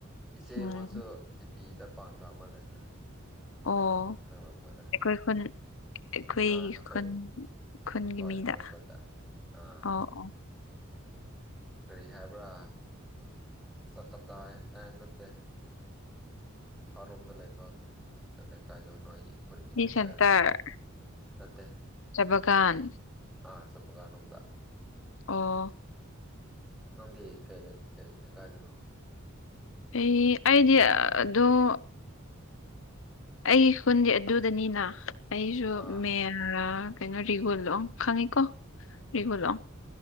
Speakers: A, in the centre; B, on the left (about 65°).
A: ꯏꯆꯦ
B: ꯎꯝ
A: ꯑꯃꯁꯨ ꯖꯤꯄꯤꯗ ꯄꯥꯟꯕ ꯑꯃ ꯂꯩꯕꯅꯦ
B: ꯑꯣ
A: ꯈꯪꯂꯝꯒꯗ꯭ꯔꯥ
B: ꯑꯩꯏꯣꯟ ꯑꯩꯈꯣꯏ
A: ꯑꯥ ꯅꯈꯣꯏ
B: ꯈꯨꯟ ꯈꯨꯟꯒꯤ
A: ꯍꯣꯏ
B: ꯃꯤꯗ
A: ꯅꯈꯣꯏ ꯈꯨꯟꯗ ꯑꯥ
B: ꯑꯣ ꯑꯣ
A: ꯀꯔꯤ ꯍꯥꯏꯕ꯭ꯔꯥ ꯆꯠꯀꯗꯥꯏ ꯑꯦ ꯅꯠꯇꯦ ꯃꯈꯥꯔꯣꯝꯗ ꯂꯩꯕ ꯂꯩꯀꯥꯏꯗꯣ ꯅꯣꯏꯒꯤ ꯈꯨꯟꯒꯤ
B: ꯁꯤ
A: ꯂꯩꯀꯥꯏ
B: ꯁꯦꯟꯇꯔ
A: ꯑꯃꯗꯣ ꯅꯠꯇ ꯦ
B: ꯆꯕꯒꯥꯟ
A: ꯑꯥ ꯁꯄ ꯀꯥꯟꯅꯗ
B: ꯑꯣ
A: ꯅꯪꯗꯤ ꯀꯩꯗ ꯀꯩ ꯂꯩꯣꯀꯥꯏꯗꯅꯣ
B: ꯑꯩ ꯑꯩꯗꯤ ꯑꯣ ꯑꯩꯒꯤ ꯈꯨꯟꯗꯤ ꯑꯗꯨꯗꯅꯤꯅ ꯑꯩꯁꯨ
A: ꯑꯥ
B: ꯃꯦꯂ ꯀꯩꯅꯣ ꯔꯤꯒꯨꯂꯣꯝ ꯈꯪꯉꯤꯀꯣ ꯔꯤꯒꯨꯂꯣꯝ